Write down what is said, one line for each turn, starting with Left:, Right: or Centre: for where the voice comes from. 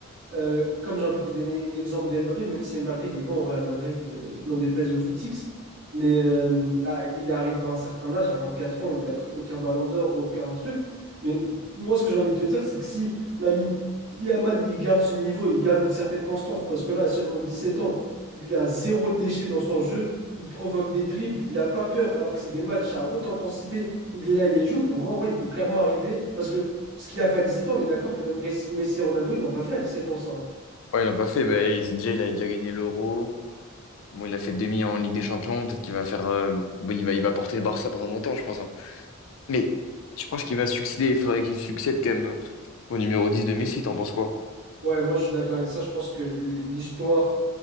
Right: Euh, comme j'ai envie de te donner l'exemple de Mbappé, même si Mbappé il est bon au Real Madrid, euh, n'en déplaise au footix, mais euh, ah, il arrive à un certain âge, à 24 ans, où il a pris aucun ballon d'or, aucun truc. Mais moi, ce que j'ai envie de te dire, c'est que si l'ami Yamal il garde ce niveau, il garde une certaine constance, parce que là, à seulement 17 ans, il a zéro déchet dans son jeu, il provoque des dribbles, il n'a pas peur, alors que c'est des matchs à haute intensité, il est là, il les joue. Pour moi, ouais, il peut clairement arriver, parce que ce qu'il a fait à 17 ans, on est d'accord que même Res- Messi et Ronaldo, ils l'ont pas fait à 17 ans, ça.
Left: Ouais, ils l'ont pas fait. Ben, il- déjà, il a déjà gagné l'Euro. Bon, il a fait demi en Ligue des Champions. Peut-être qu'il va faire. euh, bon, il va, il va porter le Barça pendant longtemps, je pense. hein. Mais tu penses qu'il va succéder? Il faudrait qu'il succède quand même euh, au numéro 10 de Messi. T'en penses quoi?
Right: Ouais, moi je suis d'accord avec ça. Je pense que l'histoire